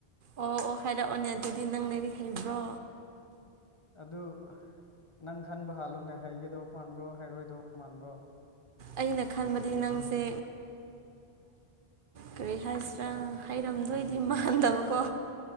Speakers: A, on the right; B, on the left.
A: ꯑꯣ ꯑꯣ ꯍꯥꯏꯔꯛꯑꯣꯅꯦ ꯑꯗꯨꯗꯤ ꯅꯪ ꯂꯩꯔꯤ ꯍꯩꯕ꯭ꯔꯣ
B: ꯑꯗꯨ ꯅꯪ ꯈꯟꯕ ꯍꯥꯜꯂꯣꯅꯦ ꯍꯩꯒꯗꯧꯕ ꯃꯥꯟꯕ꯭ꯔꯣ ꯍꯩꯔꯣꯏꯗꯧꯕ ꯃꯥꯟꯕ꯭ꯔꯣ
A: ꯑꯩꯅ ꯈꯟꯕꯗꯤ ꯅꯪꯁꯦ ꯀꯔꯤ ꯍꯥꯏꯁꯤꯔꯥ ꯍꯩꯔꯝꯗꯣꯏꯗꯤ ꯃꯥꯟꯗꯕꯀꯣ